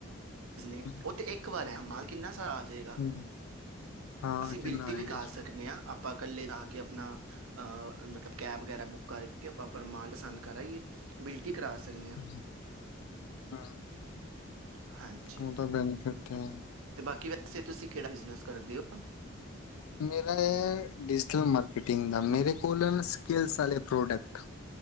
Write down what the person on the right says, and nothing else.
ਨੇ
ਉਹ ਤੇ ਇੱਕ ਵਾਰ ਐ। ਮਾਲ ਕਿੰਨਾ ਸਾਰਾ ਆ ਜੇਗਾ।
ਅਸੀਂ
ਬਿਲਟੀ
ਵੀ ਕਰ ਸਕਦੇ ਹਾਂ। ਆਪਾਂ ਇਕੱਲੇ ਜਾ ਕੇ ਆਪਣਾ। ਅਹ, ਮਤਲਬ ਮਤਲਬ, ਕੈਬ ਵਗੈਰਾ ਬੁੱਕ ਕਰਕੇ, ਆਪਾ ਪਰ ਮਾਲ ਪਸੰਦ ਕਰ ਆਈਏ। ਬਿਲ ਟੀ ਕਰਾ ਸਕਦੇ ਹਾਂ।
ਹਾਂਜੀ,
ਤੇ ਬਾਕੀ ਵੈਸੇ ਤੁਸੀਂ ਕਿਹੜਾ ਬਿਜਨਸ ਕਰਦੇ ਹੋ?